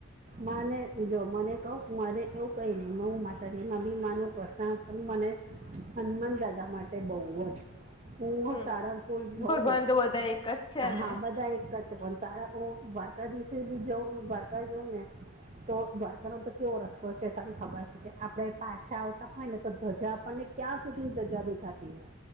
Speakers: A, on the right; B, on the left.
A: માને જો મને કહું મારે એવું કઈ નહીં હું માતાજીના અભિમાનું કૃષ્ણ પણ મને હનુમાન દાદા માટે બહ જ. હું
B: હમ
A: સાારંગપુર જોઉં
B: ભગવાન
A: ને
B: તો બધા એક જ છે
A: હા
B: ને
A: બધા એક જ પણ સાર ઓ દ્રરકાાદીશ જો દ્વારકા જો વને તો દ્વારકા નો તો કેવો રસ્તો છે તને ખબર છે કે, આપણે પાછા આવતા હોય ને તો ધ્વજા આપણને ક્યા સુધીન દજ્જા દેખાતી હું